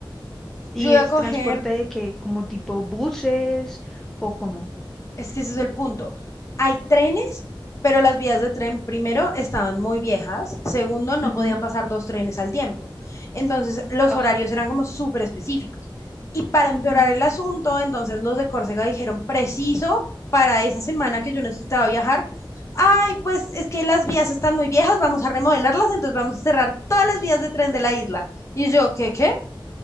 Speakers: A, in the centre; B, on the left.
A: ¿Y
B: Yo iba
A: es
B: a coger
A: transporte de qué? ¿Como tipo buses o cómo?
B: Es que ese es el punto. Hay trenes, pero las vías de tren, primero, estaban muy viejas. Segundo, no
A: Ujú,
B: podían pasar dos trenes al tiempo. Entonces, los
A: Ah,
B: horarios eran como súper específicos. Y para
A: ujú,
B: empeorar el asunto, entonces los de Córcega dijeron, preciso para esa semana que yo necesitaba viajar, ay, pues es que las vías están muy viejas, vamos a remodelarlas, entonces vamos a cerrar todas las vías de tren de la isla. Y yo, ¿qué, qué?